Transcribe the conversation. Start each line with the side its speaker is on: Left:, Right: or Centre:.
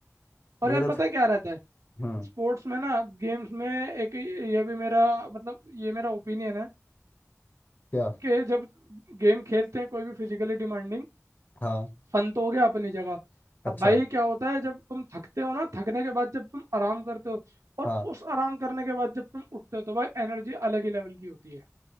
Right: और
Left: ये
Right: यार पता
Left: तो
Right: है क्या रहता है
Left: हम्म
Right: स्पोर्ट्स में ना गेम्स में एक ये भी मेरा मतलब ये मेरा ओपिनियन है
Left: क्या
Right: कि जब गेम खेलते हैं कोई भी फिजिकली डिमांडिंग
Left: हाँ
Right: फन तो हो गया अपनी जगह
Left: अच्छा
Right: अब भाई क्या होता है जब तुम थकते हो ना थकने के बाद जब तुम आराम करते हो और
Left: हाँ
Right: उस आराम करने के बाद जब तुम उठते हो तो भाई एनर्जी अलग ही लेवल की होती है